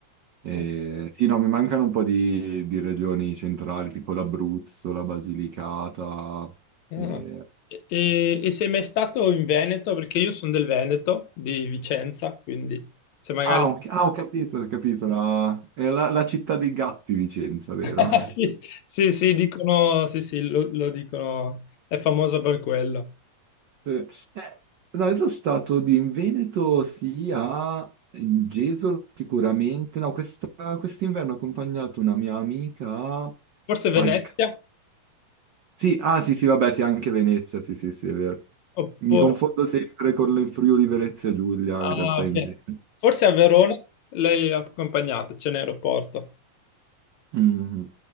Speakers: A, on the right; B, on the left.
A: eh,
B: ok.
A: Sì, no, mi mancano un po' di, di regioni centrali, tipo l'Abruzzo, la Basilicata.
B: Ah.
A: eh.
B: E, e- e sei mai stato in Veneto? Perché io sono del Veneto, di Vicenza, quindi se magari...
A: Ah, ho, ah, ho capito, ho capito, la, è la, la città dei gatti, Vicenza, vero?
B: <laughs> Sì,
A: <laughs>
B: sì, sì, dicono, sì, sì, lo lo dicono, è famosa per quello.
A: Eh, eh, no, io sono stato di, in Veneto, sì, a Gesolo sicuramente. No, questa- quest'inverno ho accompagnato una mia amica a
B: Forse
A: Falcà.
B: Venezia?
A: Sì, ah sì, sì, vabbè, sì, anche Venezia, sì, sì, sì, è vero.
B: Oppure,
A: Mi confondo sempre con le Friuli Venezia Giulia,
B: ah,
A: in realtà
B: ok.
A: invece.
B: Forse a Verona lei è accompagnata, c'è un aeroporto.
A: Mhm.